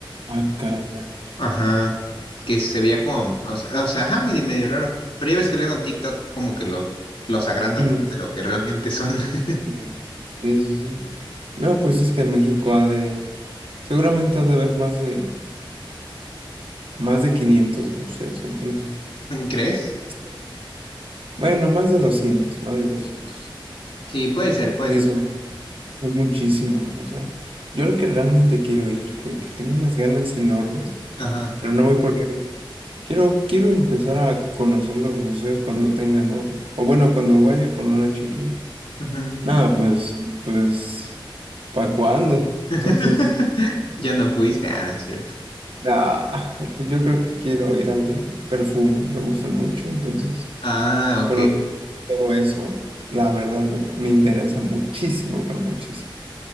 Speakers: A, on the right; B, on the left.
A: Ah, caray.
B: Ajá. Que se veía como, o sea, o sea, ajá, medio, medio raro. Pero ya ves que luego en TikTok como que lo, los agrandan
A: <clears throat>
B: más de lo que realmente son. <laughs>
A: Sí, sí, sí. sí. No, pues es que en México ha de, seguramente ha de haber más de, más de 500 museos, entonces,
B: ¿Crees?
A: este, bueno, más de doscientos más de doscientos
B: Sí, puede ser, puede
A: Sí,
B: ser.
A: son,
B: puede-
A: son muchísimos, o sea, yo al que realmente quiero ir, que, que tengo unas ganas enormes,
B: Ajá.
A: pero no voy porque digo, quiero, quiero empezar a conocer los museos cuando tenga novia, o bueno, cuando vaya con una chiquilla.
B: Ujú.
A: No, pues, pues, ¿para cuándo?
B: <laughs>
A: Entonces...
B: Ya no fuiste, ah, no es cierto.
A: Nah, pues yo creo que quiero ir al de perfume, me gustan mucho, entonces
B: Ah,
A: conocer
B: ok.
A: todo eso, la verdad me, me interesa muchísimo, pero muchísimo.